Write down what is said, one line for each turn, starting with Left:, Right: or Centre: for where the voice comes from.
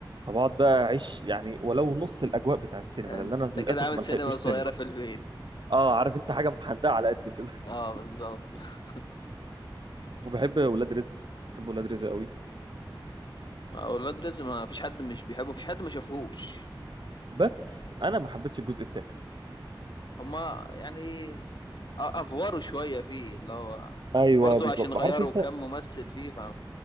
Right: فبقعد بقى اعيش يعني ولو نص الاجواء بتاع السينما
Left: انت
Right: لان انا للاسف
Left: كده عامل
Right: ما
Left: سينما
Right: لحقتوش
Left: صغيرة
Right: سينما
Left: في البيت
Right: اه عارف انت حاجة محدقة على قد كده <laughs>
Left: اه بالظبط <laughs>
Right: وبحب ولاد رزق بحب ولاد رزق قوي
Left: ما هو ولاد رزق ما فيش حد مش بيحبه مفيش حد ما شافهوش
Right: بس انا ما حبيتش الجزء الثالث
Left: هما يعني أ- افوروا شوية فيه اللي هو
Right: ايوه
Left: برضه
Right: بالظبط
Left: عشان غيروا
Right: عارف انت
Left: كم ممثل فيه